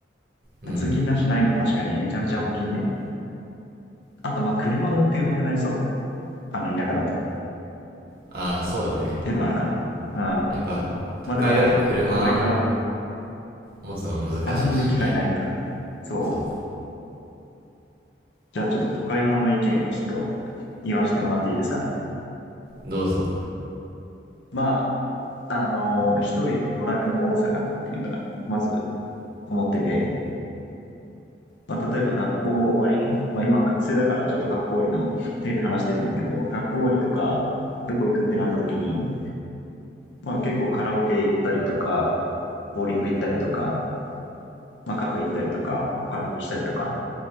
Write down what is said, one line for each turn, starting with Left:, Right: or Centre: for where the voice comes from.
Right: う。
Left: 通勤ラッシュないのは確かにめちゃめちゃ大きいね。
Right: うん。
Left: あと、まあ、車の運転上手くなりそう。あの、田舎だと。っ
Right: ああ、そうだね。
Left: ていうのはあるかな。うん。
Right: やっぱ、都会だと車
Left: まあ、でもあの、都会派、
Right: 持つの難しいし
Left: あんま乗る機会ないかなそう。
Right: そう
Left: じゃあちょっと都会派の意見をちょっと言わせてもらっていいですかね。
Right: どうぞ
Left: まあ、あのー、一重に娯楽の多さかなっていうのが、まず思ってて、まあ、例えば学校終わり、まあ、今は学生だからちょっと学校終わりの手で話してるんだけど、学校終わりとか、どこ行くってなった時に、まあ結構カラオケ行ったりとか、ボーリング行ったりとか、まあカフェ行ったりとか、お買い物したりとか